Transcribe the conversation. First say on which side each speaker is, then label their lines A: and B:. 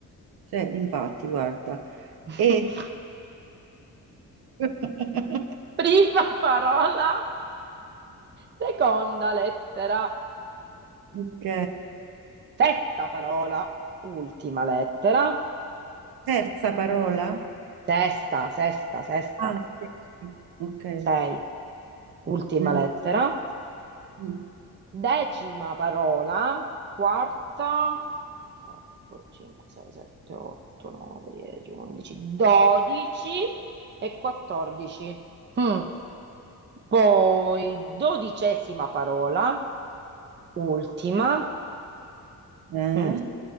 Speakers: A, on the right (about 85°); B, on the right (about 30°).
A: Cioè, infatti, guarda,
B: <laughs>
A: e... <laughs>
B: Prima parola, seconda lettera,
A: Ok,
B: sesta parola, ultima lettera,
A: terza parola?
B: sesta, sesta, sesta,
A: Ah, sì. ok.
B: sei. Ultima
A: Mm,
B: lettera.
A: mm.
B: Decima parola, quarta, 4, 5, 6, 7, 8, 9, 10, 11, 12 e 14. Mm. Poi dodicesima parola, ultima,
A: Eh?
B: Mm.